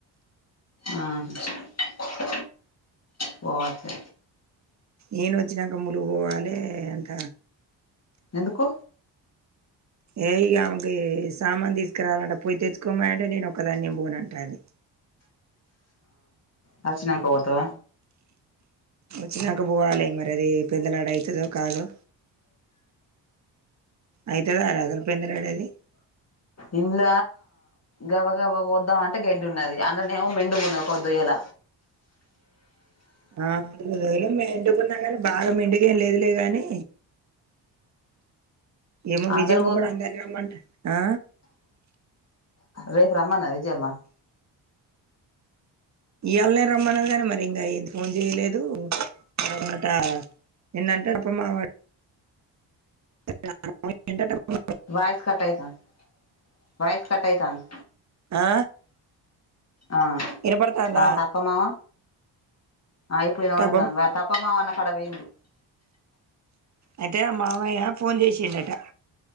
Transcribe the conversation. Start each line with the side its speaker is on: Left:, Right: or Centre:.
Left: ఆ హా పోతే
Right: ఏను ఓచ్చినాక ములుగు వోవాలి అంత
Left: ఎందుకు
Right: ఏ ఇగా ఆమెకి సామాన్ దీస్కరాలంట పొయ్య తెచ్చుకోమనాంటే నేను ఒక దాన్ని నేన్ బోన్ అంటాంది
Left: వచినంకపోతవ
Right: ఓచ్చినంక పోవాలి మరి అది పెద్దలానా ఐతదో కాదో ఐతదార అస్సల్ పేందనాడది
Left: ఇన్న్ల గబ గబ కోద్దాం అంటే గెడ్డున్నది ఆన్లనేమో మెండుగున్నది కొదోయ్యల
Right: అ అన్నిరోజులు మీ ఇండి గుండగానే బాగా ముందుగెం లేదులే గాని ఏమో
Left: అందరు
Right: విజయమ్మ
Left: కో
Right: గూడా అందర్నీ రమ్మంటద్ ఆ
Left: రేపు రమ్మన్నది విజయమ్మ
Right: ఈయల్నే రమ్మన్నది గానీ మరి ఇంగా ఏ ఫోన్ జేయలేదు అవున్ నాంట నిన్నంటడు పో మావాడు <inaudible>
Left: వాయిస్ కట్టాయితాంది వాయిస్ కటాయితాంది
Right: ఆ
Left: ఆ
Right: వినపడతాందా
Left: ఆ తప్పమామ ఆ ఇప్పుడు ఇనపడుతాంది
Right: పాపం
Left: తప్పమా అన్న కాడ పొయింది
Right: అయితే మావయ్య ఫోన్ జేషిన్డట